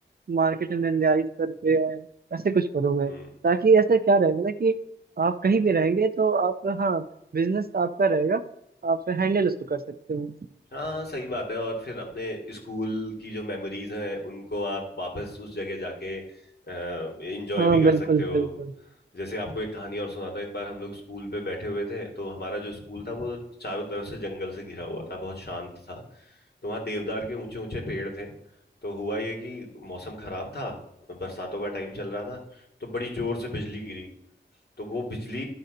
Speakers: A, on the right; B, on the left.
A: मार्केट में निर्धारित करके अ, ऐसे कुछ करूँगा
B: हम्म
A: ताकि ऐसा क्या रहेगा ना कि आप कहीं भी रहेंगे तो आप हाँ बिजनेस आपका रहेगा आप हैंडल उसको कर सकते हो
B: हाँ सही बात है और फिर अपने स्कूल की जो मेमोरीज हैं उनको आप वापस उस जगह जाके एंजॉय
A: हाँ
B: भी कर
A: बिल्कुल
B: सकते हो
A: बिल्कुल
B: जैसे आपको एक कहानी और सुनाता हूँ एक बार हम लोग स्कूल पे बैठे हुए थे तो हमारा जो स्कूल था वो चारों तरफ से जंगल से घिरा हुआ था बहुत शांत था तो वहाँ देवदार के ऊंचे ऊंचे पेड़ थे तो हुआ ये कि मौसम खराब था बरसातों का टाइम चल रहा था तो बड़ी जोर से बिजली गिरी तो वो बिजली